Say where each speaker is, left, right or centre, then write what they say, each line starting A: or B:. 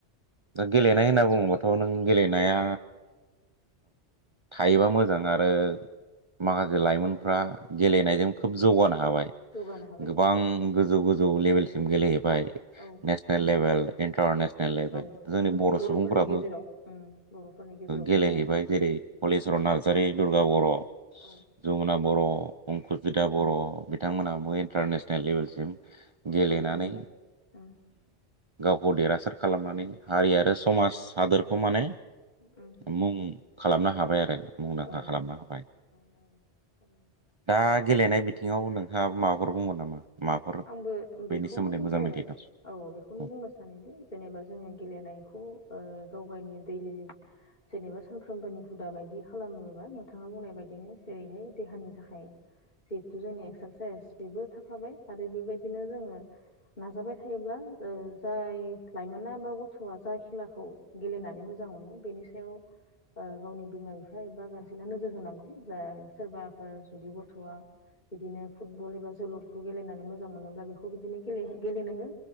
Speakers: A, on the right; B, on the left.
A: दा गेलेनाय होनना बुङोबाथ' नों गेलेनाया थायोबा मोजां आरो माखासे लाइमोनफ्रा गेलेनायजों खोब जौगानो हाबाय
B: जौगानो हाबाय
A: गोबां गोजौ गोजौ गोजौ लेभेलसिम गेलेहैबाय
B: औ
A: नेसनेल लेभेल इन्टारनेसनेल लेभेल
B: औ
A: जोंनि बर'
B: बर'फोरनि
A: सुबुंफ्राबो
B: गेजेराव उम बर'फोरनि गेजेरावबो
A: गेलेहैबाय
B: दङ बेबायदि
A: जेरै हलिचवरन नार्जारि दुर्गा बर'
B: औ औ
A: जमुना बर'
B: औ
A: अंकुजिथा बर' बिथांमोना
B: औ
A: बय इन्टारनेसनेल लेभेलसिम गेलेनानै
B: सहैनो हाबाय उम
A: गावखौ देरहासार खालामनानै हारि आरो समाज हादोरखौ माने
B: उम
A: मुं खालामनो हाबाय मुंदांखा
B: औ
A: खालामनो हाबाय
B: नंगौ थारैनो
A: दा गेलेनाय बिथिङाव नोंथाङाबो माबाफोर बुंगोन नामा? माबाफोर
B: आंबो बेखौनो
A: बेनि सोमोन्दै
B: बुङो
A: मोजां मिथिगौ
B: औ बेखौनो
A: औ
B: बुंनो सानोदि जेनेबा जोङो गेलेनाय खौ गाव गावनि दैलि जेनेबा सानफ्रोमबोनि हुदा बायदि खालामोबा नोंथाङा बुंनाय बायदिनो जेरैहाय देहानि थाखाय जिहेथु जोंनि एक्सारसाइस बेबो थाफाबाय आरो बेबायदिनो जोङो नाजाबाय थायोब्ला ओ जाय लाइमोना बा गथ'वा जा खेलाखौ गेलेनानै मोजां मोजां मोनो बेनि सायाव ओ गावनि बिमा बिफा एबा गारजेना नोजोर होनांगौ जा सोरबाफोर जुदि गथ'वा बिदिनो फुटबल एबा जोलुरखौ गेलेनानै मोजां मोनोब्ला बेखौ बिदिनो गेले गेलेनो हो